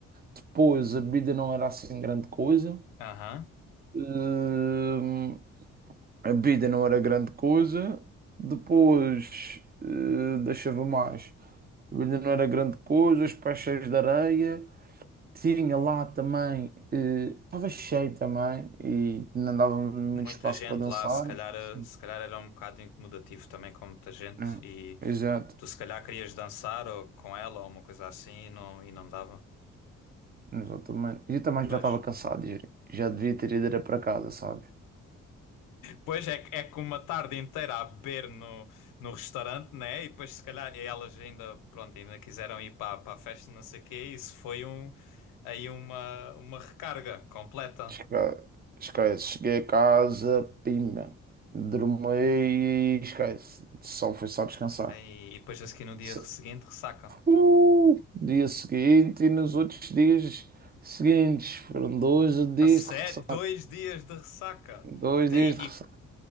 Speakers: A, on the right (about 30°); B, on the left (about 75°).
A: Depois a bebida não era assim grande coisa.
B: Aham.
A: Hum, a bebida não era grande coisa. Depois, eh, deixava mais. A bebida não era grande coisa, os pés cheios de areia. Tinha lá também, eh, estava cheio também e não dava muito
B: Muita
A: espaço
B: gente
A: para dançar.
B: lá, se calhar, eh,
A: Sim.
B: se calhar era um bocado incomodativo também com muita gente.
A: Hum,
B: E
A: exato,
B: tu se calhar querias dançar ou com ela ou uma coisa assim e não, e não dava.
A: exatamente. E eu também
B: Pois.
A: já estava cansado, já já devia ter ido era para casa, sabes?
B: Pois é, que- é com uma tarde inteira a beber no, no restaurante, né? E depois, se calhar, elas ainda, pronto, ainda quiseram ir para, para a festa, não sei o quê. Isso foi um, aí uma, uma recarga completa.
A: Esca- Esquece, cheguei a casa, pimba, dormi e esquece, só fui só descansar.
B: Aí, e depois, a seguir, no dia
A: Se-
B: seguinte, ressaca.
A: Uh, dia seguinte e nos outros dias seguintes, foram dois dias
B: A sério?
A: de ressaca,
B: Dois dias de ressaca.
A: dois
B: Até
A: dias
B: aí,
A: de
B: e,
A: ressaca.